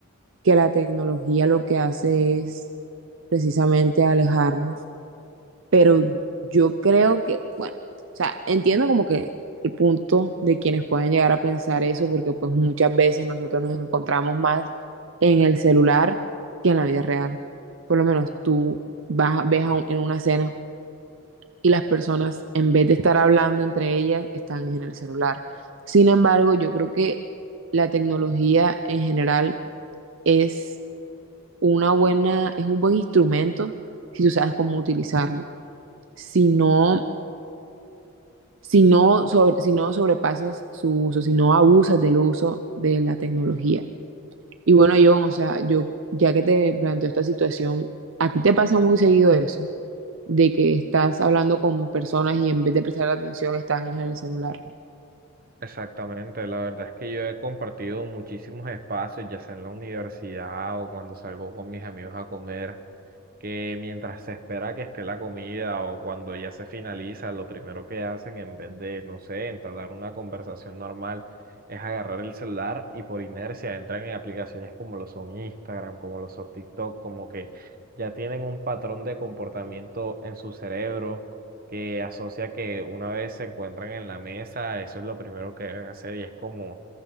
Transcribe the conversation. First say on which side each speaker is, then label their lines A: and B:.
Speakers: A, on the right; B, on the right.
A: que la tecnología lo que hace es precisamente alejarnos, pero yo creo que, bueno, o sea, entiendo como que el punto de quienes pueden llegar a pensar eso, porque pues muchas veces nosotros nos encontramos más en el celular que en la vida real. Por lo menos tú vas, ves a un- en una cena y las personas, en vez de estar hablando entre ellas, están en el celular. Sin embargo, yo creo que la tecnología en general es una buena, es un buen instrumento si tú sabes cómo utilizarlo. Si no, si no, sobre, si no sobrepasas su uso, si no abusas del uso de la tecnología. Y bueno, yo, o sea, yo, ya que te planteo esta situación, ¿a ti te pasa muy seguido eso? de que estás hablando con personas y en vez de prestar atención están en el celular.
B: Exactamente, la verdad es que yo he compartido muchísimos espacios, ya sea en la universidad o cuando salgo con mis amigos a comer que mientras se espera que esté la comida o cuando ya se finaliza, lo primero que hacen en vez de, no sé, entablar una conversación normal, es agarrar el celular y por inercia entran en aplicaciones como lo son Instagram, como lo son TikTok, como que ya tienen un patrón de comportamiento en su cerebro que asocia que una vez se encuentran en la mesa, eso es lo primero que deben hacer y es como,